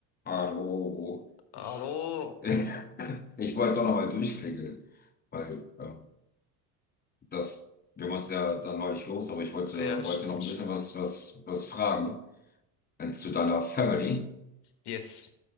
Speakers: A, on the left; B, on the left.
A: Hallo, ich,
B: Hallo?
A: <laughs> ich wollte doch nochmal durchklingeln, weil äh, das, wir mussten ja dann neulich los, aber ich wollte,
B: Äh, Ja,
A: wollte
B: stimmt,
A: noch ein
B: stimmt.
A: bisschen was, was, was fragen äh, zu deiner Family,
B: Yes.